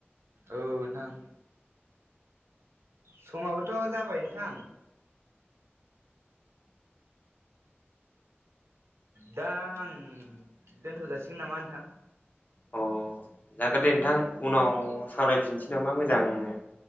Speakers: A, on the right; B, on the left.
A: औ नोंथां। समाबोथ' जाबाय नोंथां। दा आं दोनथ' जासिगोन नामा नोंथां।
B: अ जागोन दे नोंथां उनाव सावरायफिनसै नामा मोजांनो।